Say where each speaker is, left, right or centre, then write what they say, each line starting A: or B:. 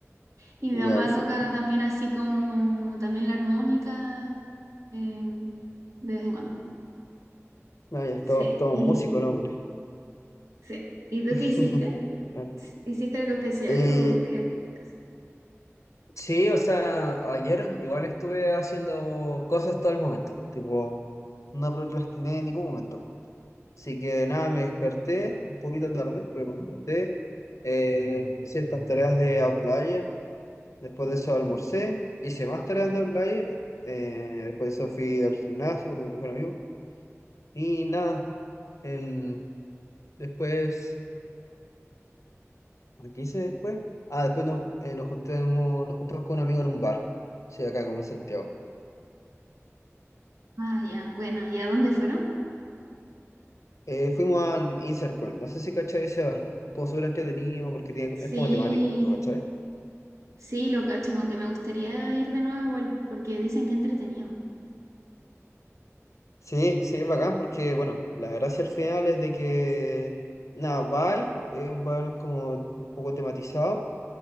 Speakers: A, on the right (about 75°); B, on the left (about 75°).
A: Y mi
B: Ya,
A: papá
B: perfecto.
A: toca también así como también la armónica em, de vez en cuando.
B: Ah, ya,
A: Sí,
B: todo, todo
A: y
B: un músico el hombre.
A: sí. ¿Y tú
B: <laughs>
A: qué hiciste?
B: Ah.
A: ¿Hiciste algo especial
B: Eh,
A: o te quedaste en casa?
B: Sí, o sea, ayer igual estuve haciendo cosas todo el momento, tipo, no procrastiné en ningún momento. Así que nada, me desperté un poquito tarde, pero me desperté, eh, hice estas tareas de Outlier, después de eso almorcé, hice más tareas de Outlier, eh, después de eso fui al gimnasio con mi mejor amigo y nada, em, después... ¿A qué hice después? Ah, después nos, eh, nos juntamos, nos juntamos con un amigo en un bar. Sí, acá como en Santiago.
A: Ah, ya, bueno, ¿y a dónde fueron?
B: Eh, fuimos al Insert Coin. No sé si cachai ese bar. Como súper entretenido porque tiene, es
A: Sí,
B: como temático, ¿lo cachai?
A: sí, lo cacho, aunque me gustaría ir de nuevo igual, porque dicen que entretenido.
B: Sí, sí, es bacán porque, bueno, la gracia al final es de que, nada, Bai es un bar como un poco tematizado,